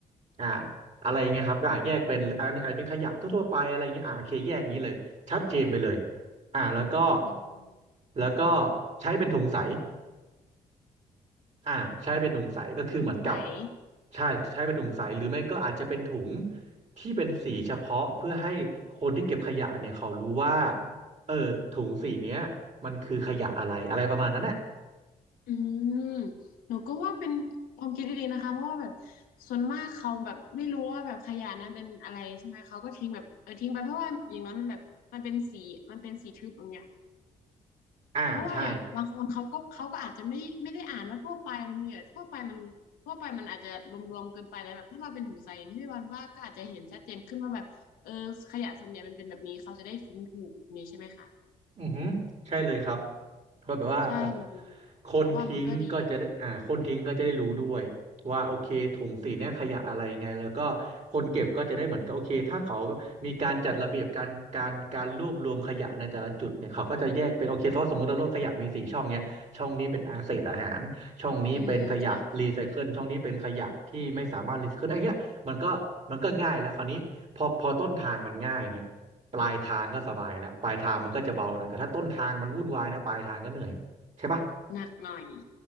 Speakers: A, on the right; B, on the left.
A: อ่าอะไรอย่างเงี้ยครับอ่าแยกเป็นอันนี้อาจจะเป็นขยะทั่วๆไปอะไรเงี้ยอ่าโอเคแยกอย่างนี้เลยชัดเจนไปเลย อ่าแล้วก็
B: อืม
A: แล้วก็ใช้เป็นถุงใสอ่าใช้เป็นถุงใสก็คือเหมือนกับ
B: สงสัย
A: ใช่ใช้เป็นถุงใสหรือไม่ก็อาจจะเป็นถุงที่เป็นสีเฉพาะเพื่อให้คนที่เก็บขยะเนี่ยเขารู้ว่าเออถุงสีเนี้ยมันคือขยะอะไรอะไรประมาณนั้นแหละ
B: อืมหนูก็ว่าเป็นความคิดที่ดีนะคะเพราะว่าแบบส่วนมากเขาแบบไม่รู้ว่าแบบขยะนั้นเป็นอะไรใช่ไหมเขาก็ทิ้งแบบเออทิ้งไปเพราะว่าอย่างนั้นมันแบบมันเป็นสีมันเป็นสีทึบอย่างเงี้ย
A: อ่าใช่
B: เพราะว่าอย่างบางคนเขาก็เขาก็อาจจะไม่ไม่ได้อ่านว่าทั่วไปมันเนี่ยทั่วไปมันทั่วไปมันอาจจะรวมๆเกินไปแล้วแบบถ้าเราเป็นถุงใสอย่างที่พี่วันว่าก็อาจจะเห็นชัดเจนขึ้นว่าแบบเออขยะส่วนใหญ่มันเป็นแบบนี้เขาจะได้ทิ้งถูกอย่างนี้ใช่ไหมคะ
A: อือหือใช่เลยครับเพราะแบบว่าแบบ
B: ใช่หนูหนูหนูก็ว่ามันก็ดี
A: คนทิ้งก็จะได้อ่าคนทิ้งก็จะได้รู้ด้วยว่าโอเคถุงสีเนี่ยขยะอะไรไงแล้วก็คนเก็บก็จะได้เหมือนกับโอเคถ้าเขามีการจัดระเบียบการการการรวบรวมขยะในแต่ละจุดเนี่ยเขาก็จะแยกเป็นโอเคเพราะสมมติว่าโลกขยะมีสี่ช่องเนี่ยช่องนี้เป็นอาเศษอาหารช่องนี้เป็นขยะรีไซเคิลช่องนี้เป็นขยะที่ไม่สามารถรีไซเคิลไอ้เงี้ยมันก็มันก็ง่ายแล้วคราวนี้พอพอต้นทางมันง่ายเนี่ย
B: อืมใช่ใช่
A: ปลายทางก็สบายแล้วปลายทางมันก็จะเบาหน่อยแต่ถ้าต้นทางมันวุ่นวายนะปลายทางก็เหนื่อยใช่ปะ
B: หนักหน่อย